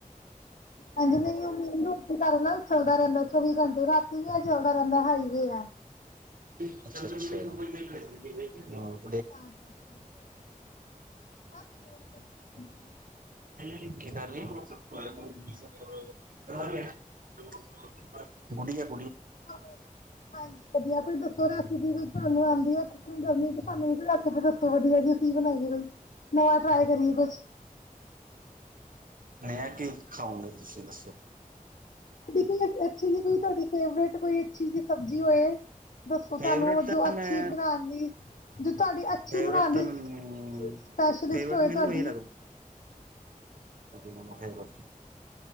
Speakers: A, on the left; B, on the right.
A: ਹਾਂਜੀ, ਮੇਰੀ ਉ ਮੇਨ ਰੋਡ ਦੇ ਕਾਰਨ ਨਾ ਚਲਦਾ ਰਹਿੰਦੈ, ਚੌਵੀ ਘੰਟੇ ਰਾਤੀ ਵੀ ਆ ਚੱਲਦਾ ਰਹਿੰਦੈ ਹਾਈਵੇ ਆ।
B: <unintelligible> ਹਾਂ।
A: ਤਾਂ ਕਰਕੇ ਹੋਰ ਸੁਣਾਓ, ਬਸ ਹੋ ਰੀ ਐ ਫਨਗਿਰੀ।
B: <unintelligible> <unintelligible> ਗੁੜੀਆ
A: ਤੂੰ ਆਵੇ, ਹਾਂਜੀ। ਵਧੀਆ ਕੋਈ ਦੱਸੋ ਰੈਸਪੀ ਵੀ ਤਾਨੂੰ ਆਂਦੀ ਏ ਗਰਮੀ ਚ ਸਾਨੂੰ ਵੀ ਕੋਈ ਰੈਸਪੀ ਦੱਸੋ, ਵਧੀਆ ਜੀ ਅਸੀਂ ਬਣਾਈਏ ਕੋਈ। ਨਵਾਂ ਟਰਾਈ ਕਰੀਏ ਕੁਛ।
B: ਨਯਾ ਕੀ ਖਾਓਗੇਂ, ਤੁਸੀਂ ਦੱਸੋ?
A: ਦੀ ਪੀ ਐਸ ਅੱਛੀ ਜੀ ਕੋਈ ਤੁਹਾਡੀ ਫੇਵਰੇਟ ਕੋਈ ਅੱਛੀ ਜੀ ਸਬਜ਼ੀ ਹੋਏ। ਦੱਸੋ
B: ਫੇਵਰੇਟ
A: ਸਾਨੂੰ ਔਹ
B: ਤਾਂ
A: ਜੋ ਅੱਛੀ
B: ਮੈਂ
A: ਬਣਾਣ ਦੀ, ਜੋ ਤੁਹਾਡੀ ਅੱਛੀ
B: ਫੇਵਰੇਟ
A: ਬਣਾਣ
B: ਤਾਂ
A: ਦੀ
B: ਮੈਨੂੰ
A: ਸਪੈਸ਼ਲਿਸਟ
B: ਫੇਵਰੇਟ
A: ਹੋਏ
B: ਮੈਨੂੰ
A: ਤੁਹਾਡੀ।
B: ਇਹੀ ਲੱਗਦੀ ਮੈਨੂੰ ਫੇਵਰੇਟ।